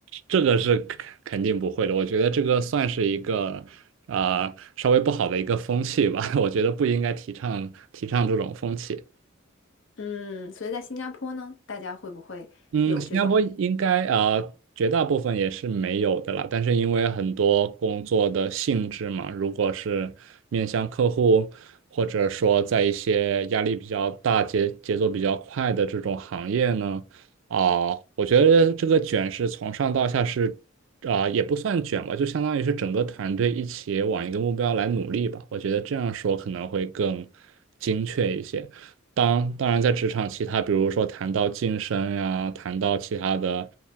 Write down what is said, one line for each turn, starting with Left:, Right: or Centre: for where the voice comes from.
Right: 这个是肯肯定不会的。我觉得这个算是一个啊、稍微不好的一个风气吧。<laughs> 我觉得不应该提倡提倡这种风气。
Left: 嗯，所以在新加坡呢，大家会不会有这种
Right: 嗯，新加坡应该呃绝大部分也是没有的啦，但是因为很多工作的性质嘛，如果是面向客户，或者说在一些压力比较大、节节奏比较快的这种行业呢，啊、我觉得这个卷是从上到下是啊、也不算卷吧，就相当于是整个团队一起往一个目标来努力吧，我觉得这样说可能会更精确一些。当当然，在职场其他，比如说谈到晋升呀，谈到其他的、